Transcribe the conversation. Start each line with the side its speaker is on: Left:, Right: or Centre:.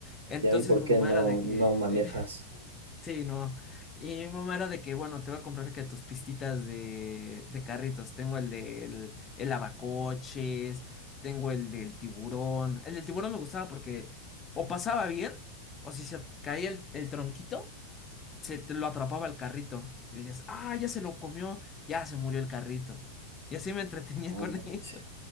Left: Entonces
Right: Ya vi por
Left: mi
Right: qué
Left: mamá
Right: no,
Left: era de que...
Right: no manejas.
Left: <laughs> Sí, no. Y mi mamá era de que, bueno, te voy a comprar que tus pistitas de, de carritos. Tengo el del el lavacoches, tengo el del tiburón. El del tiburón me gustaba porque o pasaba bien, o si se caía el, el tronquito se te lo atrapaba el carrito. Y decías, ah, ya se lo comió, ya se murió el carrito. Y así me entretenía
Right: Ouch.
Left: con <laughs> eso.